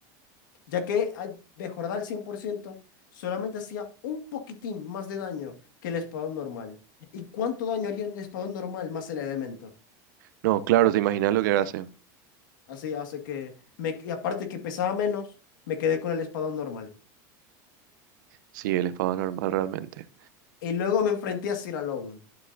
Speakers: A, on the left (about 90°); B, on the right (about 75°).
A: ya que a- mejorar al 100% solamente hacía un poquitín más de daño que el espadón normal. ¿Y cuánto daño haría el espadón normal más el elemento?
B: No, claro, te imaginas lo que hace.
A: Así hace que, me, y aparte que pesaba menos, me quedé con el espadón normal.
B: Sí, el espadón normal realmente.
A: Y luego me enfrenté a Sir Alone.